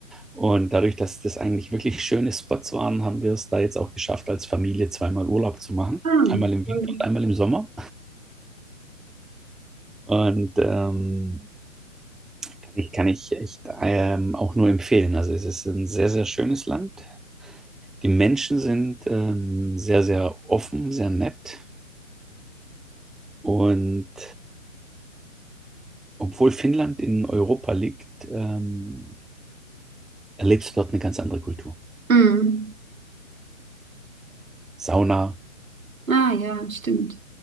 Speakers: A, in the centre; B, on the right.
A: Und dadurch, dass das eigentlich wirklich schöne Spots waren, haben wir es da jetzt auch geschafft, als Familie zweimal Urlaub zu machen.
B: Ah,
A: Einmal im
B: toll.
A: Winter und einmal im Sommer. Und ähm, kann ich, kann ich echt ähm, auch nur empfehlen. Also es ist ein sehr, sehr schönes Land. Die Menschen sind ähm, sehr, sehr offen, sehr nett. Und obwohl Finnland in Europa liegt, ähm, erlebst du dort eine ganz andere Kultur.
B: Mm.
A: Sauna,
B: Ah, ja, stimmt.